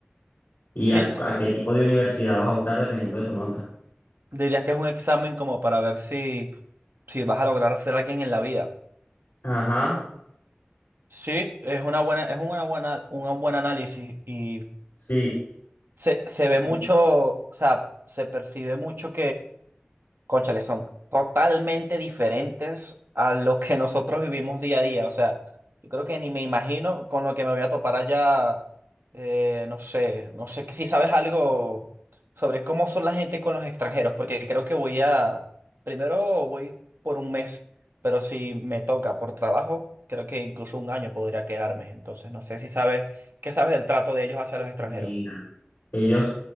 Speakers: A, on the left; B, on the right.
A: Y a
B: Sí, sí,
A: a
B: po-
A: qué tipo de universidad vas a optar dependiendo de tu nota.
B: dirías que es un examen como para ver si, si vas a lograr ser alguien en la vida.
A: Ajá.
B: Sí, es una buena, es una buena, un buen análisis y
A: Sí,
B: se, se ve
A: y
B: mucho, o sea, se percibe mucho Cónchale, son totalmente diferentes a lo que <laughs> nosotros vivimos día a día. O sea, yo creo que ni me imagino con lo que me voy a topar allá. eh, no sé, no sé que si sabes algo sobre cómo son la gente con los extranjeros, porque creo que voy a, primero voy por un mes, pero si me toca por trabajo, creo que incluso un año podría quedarme. Entonces, no sé si sabes, ¿qué sabes del trato de ellos hacia los extranjeros?
A: mira, ellos